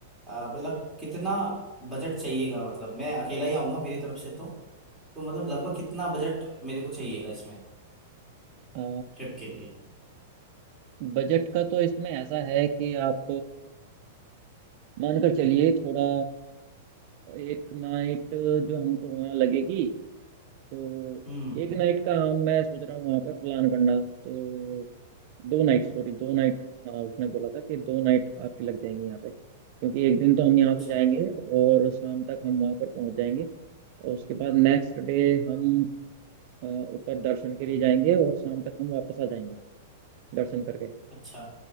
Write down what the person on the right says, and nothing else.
अ,
बजट का तो इसमें ऐसा है कि आप मानकर चलिए थोड़ा एक नाइट जो हमको वहाँ लगेगी तो
एक नाइट का हम मैं सोच रहा हूँ वहाँ पे प्लान करना तो दो नाइट सॉरी दो नाइट हाँ उसने बोला था कि दो नाइट आपकी लग जाएंगी यहाँ पे क्योंकि एक दिन तो हम यहाँ
से जाएंगे और शाम तक हम वहाँ पर पहुँच जाएंगे और उसके बाद नेक्स्ट डे हम अ, ऊपर दर्शन के लिए जाएंगे और शाम तक हम वापस आ जाएंगे दर्शन करके